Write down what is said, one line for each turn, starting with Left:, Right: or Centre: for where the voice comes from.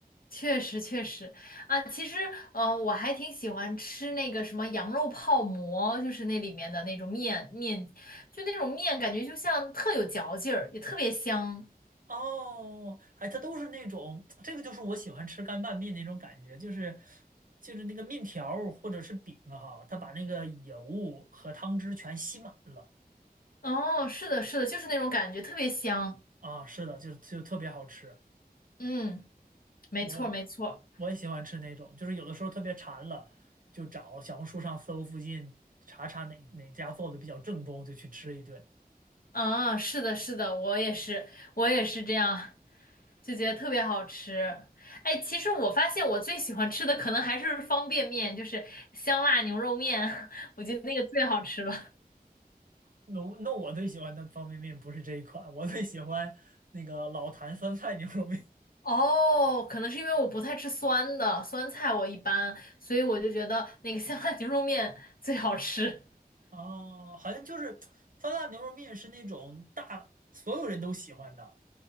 Left: 确实确实啊，其实呃，我还挺喜欢吃那个什么羊肉泡馍，就是那里面的那种面面，就那种面感觉就像特有嚼劲儿，也特别香。
Right: 哦，哎，它都是那种，这个就是我喜欢吃干拌面那种感觉，就是就是那个面条儿或者是饼啊哈，它把那个油和汤汁全吸满了
Left: 哦，是的，是的，就是那种感觉，特别香。
Right: 啊，是的，就就特别好吃。
Left: 嗯，没错没错。
Right: 我我也喜欢吃那种，就是有的时候特别馋了，就找小红书上搜附近查查哪哪家做的比较正宗，就去吃一顿。
Left: 啊，是的，是的，我也是，我也是这样，就觉得特别好吃。哎，其实我发现我最喜欢吃的可能还是方便面，就是香辣牛肉面，<laughs> 我觉得那个最好吃了。
Right: 那我那我最喜欢的方便面不是这一款，我最喜欢那个老坛酸菜牛肉面。<laughs>
Left: 哦，可能是因为我不太吃酸的，酸菜我一般，所以我就觉得那个香辣牛肉面最好吃。
Right: 哦，好像就是酸辣牛肉面是那种大所有人都喜欢的，